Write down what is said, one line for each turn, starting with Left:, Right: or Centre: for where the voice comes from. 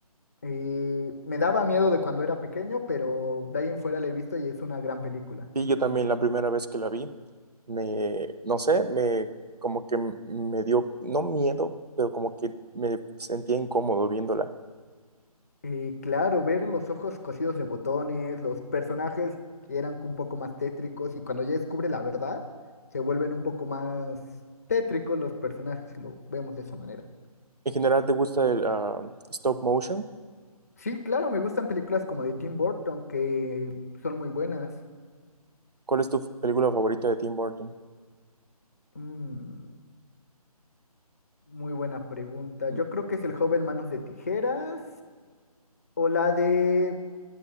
Left: Eh, me daba miedo de cuando era pequeño, pero de ahí en fuera la he visto y es una gran película.
Right: Sí, yo también la primera vez que la vi, me, no sé, me, como que me dio, no miedo, pero como que me sentía incómodo viéndola.
Left: Y claro, ver los ojos cosidos de botones, los personajes que eran un poco más tétricos y cuando ya descubre la verdad, se vuelven un poco más tétricos los personajes y lo vemos de esa manera.
Right: En general, ¿te gusta el ah, stop motion?
Left: Sí, claro, me gustan películas como de Tim Burton que son muy buenas.
Right: ¿Cuál es tu película favorita de Tim Burton?
Left: Mm, muy buena pregunta. Yo
Right: Mm,
Left: creo que es El joven manos de tijeras o la de,